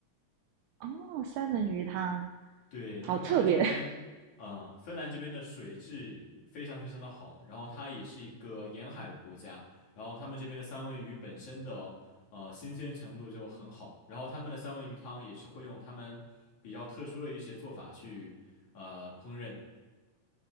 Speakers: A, on the right; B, on the left.
A: 哦，三文鱼汤，
B: 对，
A: 好特别。
B: 因为他们这边，
A: <laughs>
B: 呃，芬兰这边的水质非常非常的好，然后它也是一个沿海的国家，然后他们这边的三文鱼本身的呃新鲜程度就很好，然后他们的三文鱼汤也是会用他们比较特殊的一些做法去呃烹饪，